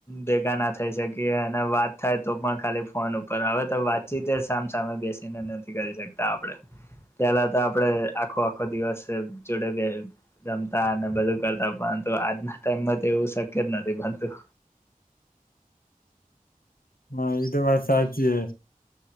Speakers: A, on the left; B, on the left.
A: ભેગા ના થઈ શકી, અને વાત થાય તો પણ ખાલી ફોન ઉપર, હવે તો વાતચીત સામ સામે બેસીને નથી કરી શકતા આપણે, પેહલા તો આપડે આખો આખો દિવસ જોડે બે રમતા અને બધું કરતા, પણ, આજના ટાઈમમાં એવું શક્ય જ નથી બનતું
B: હા, એ તો વાત સાચી હ